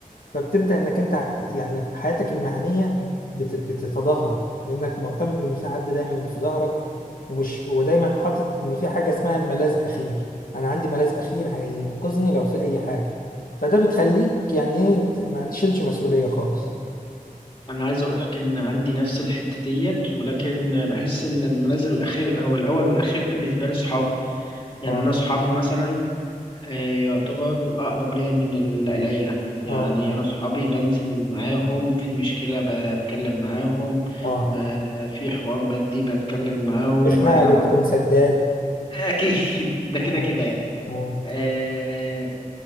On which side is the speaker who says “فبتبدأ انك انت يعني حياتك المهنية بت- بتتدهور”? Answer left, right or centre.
Left